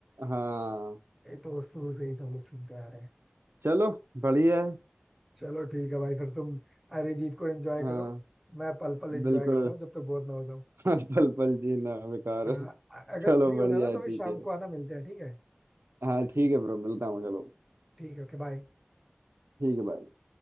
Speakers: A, on the right; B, in the centre.
A: हाँ
B: ये तो शुरू से ही सब लोग सुनते आ रहे हैं
A: चलो बढ़िया है
B: चलो ठीक है भाई फिर तुम अरिजीत को एंजॉय
A: हाँ
B: करो मैं पल पल एंजॉय
A: बिल्कुल
B: करता हूँ जब तक बोर ना हो जाऊँ
A: हाँ, पल पल जीना बेकार
B: अ,
A: है
B: अगर
A: चलो
B: फ्री
A: बढ़िया
B: होना ना
A: है
B: तो
A: ठीक
B: फिर शाम
A: है
B: को आना मिलते हैं ठीक है
A: हाँ ठीक है ब्रो मिलता हूँ चलो
B: ठीक है ओके बाय
A: ठीक है bye।